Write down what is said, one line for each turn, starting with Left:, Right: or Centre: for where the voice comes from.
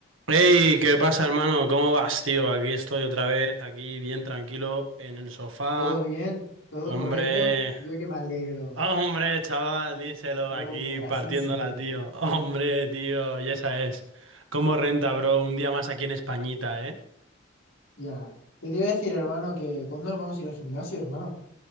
Right: Hey, ¿qué pasa, hermano? ¿Cómo vas, tío? Aquí estoy otra vez, aquí bien tranquilo en el sofá.
Left: Todo bien, todo
Right: Hombre,
Left: correcto. Yo que me alegro.
Right: hombre, chaval, díselo
Left: Hombre,
Right: aquí
Left: así
Right: partiéndola,
Left: sí.
Right: tío. Hombre, tío, y esa es. ¿Cómo renta, bro? Un día más aquí en Españita, ¿eh?
Left: Ya. Te iba a decir, hermano, que ¿cuándo nos vamos a ir al gimnasio, hermano?